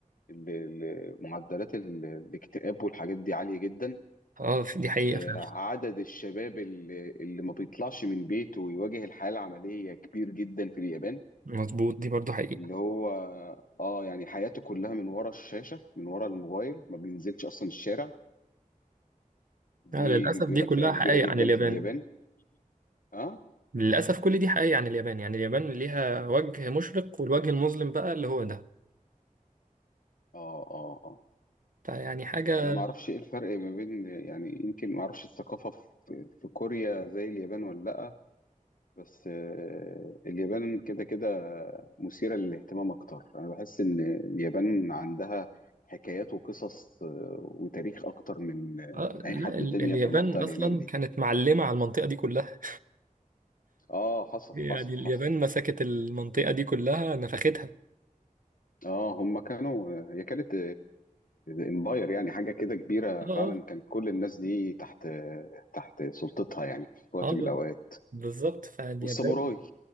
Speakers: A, on the left; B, on the right.
A: ال- ال- معدلات ال- الاكتئاب والحاجات دي عالية جدا
B: اه دي حقيقة
A: آه،
B: فعلا
A: عدد الشباب اللي اللي ما بيطلعش من بيته ويواجه الحياة العملية كبير جدا في اليابان
B: مظبوط دي برضو حقيقة
A: اللي هو اه يعني حياته كلها من ورا الشاشة من ورا الموبايل ما بينزلش أصلا الشارع دي
B: لا للأسف
A: بيقول
B: دي
A: لك
B: كلها
A: فئة كبيرة
B: حقائق
A: جدا
B: عن اليابان
A: في اليابان اه
B: للأسف كل دي حقائق عن اليابان يعني اليابان ليها وجه مشرق والوجه المظلم بقى اللي هو ده
A: اه اه اه
B: فيعني حاجة
A: انا ما اعرفش ايه الفرق ما بين يعني يمكن ما اعرفش الثقافة في في كوريا زي اليابان ولا لا بس آه، اليابان كده كده مثيرة للاهتمام أكتر أنا بحس إن اليابان عندها حكايات وقصص آه، وتاريخ أكتر من آه،
B: آه
A: من
B: لا
A: أي حد
B: ال-
A: تاني
B: اليابان
A: في المنطقة اللي
B: أصلا
A: هناك دي
B: كانت معلمة على المنطقة دي كلها
A: آه حصل
B: يعني
A: حصل
B: اليابان
A: حصل
B: مسكت المنطقة دي كلها نفختها
A: آه هم كانوا آه، هي كانت امباير يعني حاجة كده كبيرة فعلا
B: اه
A: كانت كل الناس دي تحت آه، تحت سلطتها يعني في وقت
B: اه اه
A: من الأوقات
B: بالظبط فاليابان
A: والساموراي